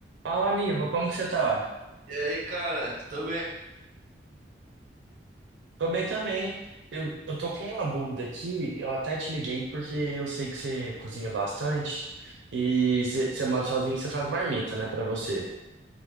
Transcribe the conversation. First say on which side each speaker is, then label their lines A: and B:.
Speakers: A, on the right (about 80°); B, on the right (about 45°).
A: Fala, amigo, como que você tá?
B: E aí, cara? Tô bem,
A: Tô bem também. Eu, eu tô com uma dúvida aqui, eu até te liguei porque eu sei que você cozinha bastante e você você mora sozinho, você faz marmita, né, pra você.